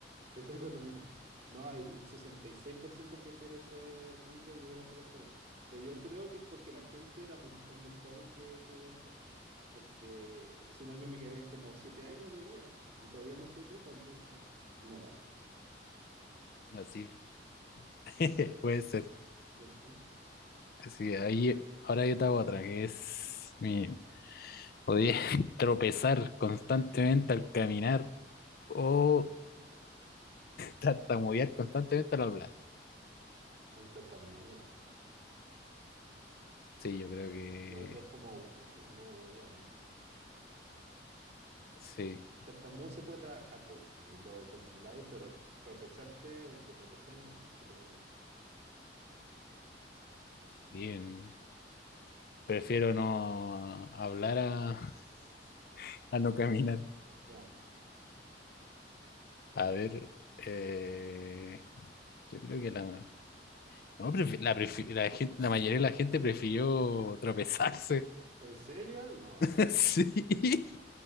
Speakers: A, on the right; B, on the left.
A: Te tengo nomás. No, hay- el 66% prefiere ser rico y vivir hasta los 40. Pero yo creo que es porque la gente era muy, jo- es muy joven que jugó esto. Porque si no, a mí me quedarían como 7 años de vida y todavía no soy rico, entonces no vale.
B: Así <laughs> puede ser.
A: ¿Cierto?
B: Así que ahí, ahora yo te hago otra, que es mi podía <laughs> tropezar constantemente al caminar o tartamudear constantemente al hablar.
A: Pero está mudo.
B: Sí, yo creo que
A: Lo otro es como medio hueviado, ¿no?
B: sí.
A: El tartamudo se puede trabajar por último y lo controláis, pero tropezarte, te tropezáis no, te sacáis la chucha.
B: Bien. Prefiero no hablar a, <laughs> a no caminar.
A: Claro.
B: A ver, eh, yo creo que la, no, prefi- la, prefi- la gente, la mayoría de la gente prefirió tropezarse.
A: ¿En serio? No,
B: <laughs>
A: está,
B: Sí.